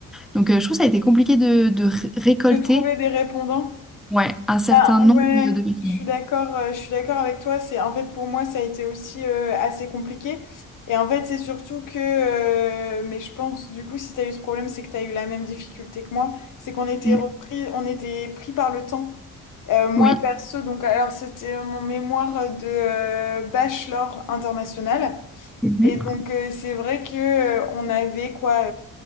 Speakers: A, in the centre; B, on the left.
A: Donc, euh, je trouve que ça a été compliqué de, de ré- récolter,
B: De trouver des répondants.
A: ouais, un certain
B: Ben,
A: nombre
B: ouais,
A: de, de personnes.
B: je suis d'accord, euh, je suis d'accord avec toi. C'est, en fait, pour moi, ça a été aussi euh, assez compliqué. Et en fait, c'est surtout que, euh, mais je pense, du coup, si tu as eu ce problème, c'est que tu as eu la même difficulté que moi. C'est qu'on était
A: Mm.
B: repris, on était pris par le temps. Euh, moi,
A: Oui.
B: perso, donc, alors, c'était mon mémoire de euh, bachelor international.
A: Mm-hmm.
B: Et donc, euh, c'est vrai que euh, on avait quoi?